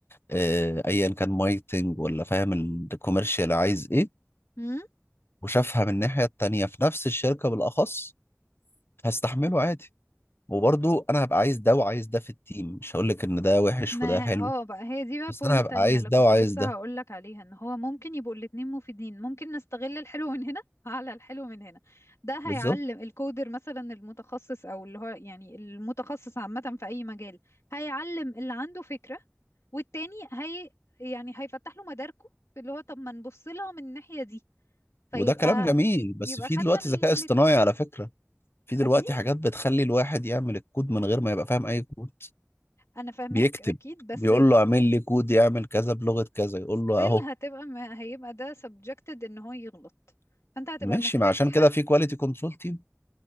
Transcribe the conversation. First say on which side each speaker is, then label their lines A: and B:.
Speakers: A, on the left; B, on the left.
A: آه، ايا كان ماركتنج ولا فاهم الكوميرشال عايز ايه
B: امم
A: وشافها من الناحيه التانيه في نفس الشركه بالاخص هستحمله عادي وبرضه انا هبقى عايز ده وعايز ده في التيم مش هقول لك ان ده وحش
B: ما
A: وده حلو
B: اه بقى هي دي بقى
A: بس
B: بوينت
A: انا هبقى
B: تانية
A: عايز
B: اللي
A: ده
B: كنت
A: وعايز
B: لسه
A: ده
B: هقولك عليها ان هو ممكن يبقوا الاتنين مفيدين ممكن نستغل الحلو من هنا على الحلو من هنا ده هيعلم
A: بالظبط
B: الكودر مثلا المتخصص او اللي هو يعني المتخصص عامة في اي مجال هيعلم اللي عنده فكرة والتاني هي يعني هيفتح له مداركه في اللي هو طب ما نبص لها من الناحية دي فيبقى
A: وده كلام جميل بس
B: يبقى
A: في
B: خدنا
A: دلوقتي
B: الاتنين
A: ذكاء اصطناعي على فكره في دلوقتي
B: اكيد
A: حاجات بتخلي الواحد يعمل الكود من غير ما يبقى فاهم اي كود
B: انا فاهماك
A: بيكتب
B: اكيد بس
A: بيقول له اعمل لي كود يعمل كذا بلغه كذا يقول
B: still
A: له اهو
B: هتبقى ما هيبقى ده subjected ان هو يغلط فانت هتبقى
A: ماشي
B: محتاج
A: ما عشان
B: حد
A: كده في كواليتي كنترول تيم